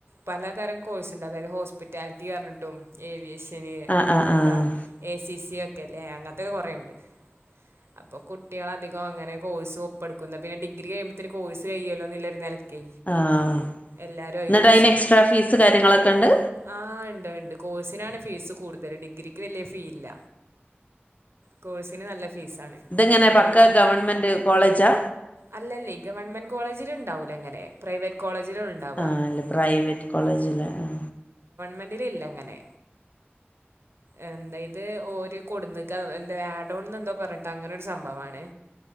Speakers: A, on the right; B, on the left.
A: പലതരം കോഴ്സ്ണ്ട് അതായത് ഹോസ്പിറ്റാലിറ്റി അറിഞ്ഞിട്ടും ഏവിയേസ് ശനി
B: ആഹ്
A: പിന്നെന്താ
B: ആഹ് ആഹ്
A: എ സി സിയ ഒക്കെല്ലേ അങ്ങനത്തൊക്കെ കൊറെയുണ്ട് അപ്പൊ കുട്ടിആള് അധികം അങ്ങനെ കോഴ്സ് ഒപ്പെടുക്കും ഇന്നാ പിന്നെ ഡിഗ്രി കിയുമ്പഴത്തേന് കോഴ്സ് കഴ്യുമല്ലോന്ന നില ക്ക്
B: ആഹ്
A: എല്ലാ അയ്
B: എന്നിട്ട്
A: ചൂസെയ്യും
B: അയിന് എക്സ്ട്രാ ഫീസ് കാര്യങ്ങളൊക്കെ ഉണ്ട്
A: ആ ഇണ്ട് അയ്ണ്ട് കോഴ്സ്ന് ആണ് ഫീസ് കൂട്തല് ഡിഗ്രിക്ക് വെല്ല ഫീ ഇല്ല കോഴ്സ്ന് നല്ല ഫീസാണ്
B: ഇതെങ്ങനെ
A: അയ്
B: പക്ക
A: ഒന്നാ
B: ഗവൺമെന്റ് കോളേജാ
A: അല്ലല്ലെ ഗവൺമെൻ കോളേജ് ലുണ്ടാവുല ഇങ്ങനെ പ്രൈവറ്റ് കോളേജ്ലൊ ഒള് ഇണ്ടാവ
B: ആഹ് അല്ല പ്രൈവറ്റ് കോളേജില് ആഹ്
A: മെന്റിലി ഇല്ല ഇങ്ങനെ എന്തായത് ഒര് കൊടുന്ന് ക്കാ എന്താ ആഡോൺന്ന് എന്തോ പറഞ്ഞിട്ട് അങ്ങനെരു സംഭവാണ്